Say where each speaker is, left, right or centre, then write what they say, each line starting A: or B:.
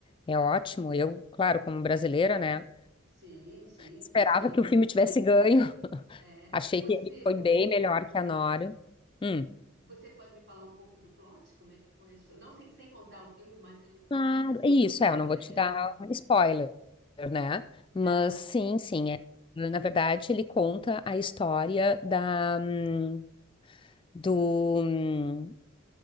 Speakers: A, on the left (about 25°); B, on the right (about 60°).
A: é ótimo. Eu, claro, como brasileira, né?
B: Sim, sim,
A: Esperava
B: sim.
A: que o filme tivesse ganho. <laughs>
B: É,
A: Achei
B: você
A: que ele foi bem melhor que a Nora. Hum.
B: Você pode me falar um pouco do plot? Como é que foi? a história? Não sei, sem contar o filme, mas eu, eu-
A: Claro,
B: é, só
A: é isso,
B: para me dar
A: é,
B: uma
A: eu não
B: ideia.
A: vou te dar spoiler, né? Mas
B: Aham.
A: sim, sim, é. Na verdade, ele conta a história da, hum, do, hum,